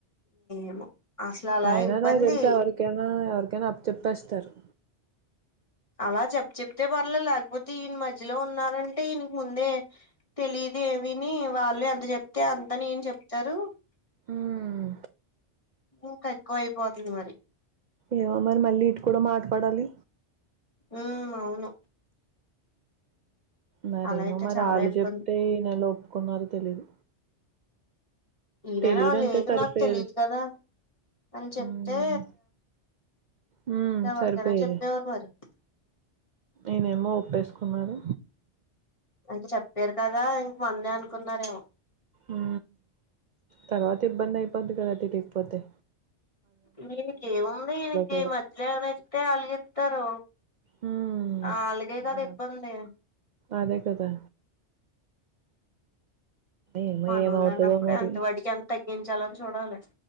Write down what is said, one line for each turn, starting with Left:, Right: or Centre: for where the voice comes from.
Left: ఏమో అసలు అలా
Right: అయినా
Left: ఇబ్బంది
Right: నాక్ తెల్సి ఎవరికైన కైన అప్ప జెప్పేస్తారు
Left: అలా చెప్ చెప్తే పర్లే లేకపోతే ఈయన మధ్యలో ఉన్నారంటే ఈయనకు ముందే తెలిదు విని వాళ్ళు ఎంత చెప్తే అంత నే ఏం చెప్తారు
Right: హ్మ్
Left: ఇంకా ఎక్కువ అయిపోతుంది మరి
Right: ఏమో మరి మళ్ళీ ఇటు కూడా మాటపడాలి
Left: ఉ అవును
Right: మరేమో
Left: అలా అయితే
Right: మరి
Left: చాలా
Right: ఆళ్ళు
Left: ఇబ్బంది
Right: చెప్తే ఈ నెల ఒప్పుకున్నారో తెలీదు
Left: ఈయననా
Right: తెలీదంటే
Left: లేదు
Right: సరిపోయేది
Left: నాకు తెలిదు కదా అని చెప్తే
Right: హ్మ్ హ్మ్
Left: ఇంకెవరికైన
Right: సరిపోయేది
Left: చెప్పేవారు మరి
Right: ఈయనేమో ఒప్పేసుకున్నారు
Left: అంటె చెప్పారు కదా ఇంక మందే అనుకున్నారేమో
Right: ఉ తర్వాత ఇబ్బంది అయిపోద్ంది కదాటి తీకపోతే
Left: ఈయనకి ఏముంది ఈయనకి
Right: కూడా
Left: మధ్యలో ఏమనా ఇస్తే అలగిత్తారు
Right: హ్మ్
Left: ఆళ్ళకె కదా
Right: యాహ్!
Left: ఇబ్బంది అ
Right: అదే కదా ఏమో
Left: మనోళ
Right: ఏమవుతదో
Left: అన్నప్పుడే
Right: మరి
Left: అంతవడికి ఎంత తగ్గించాలిని చూడాలి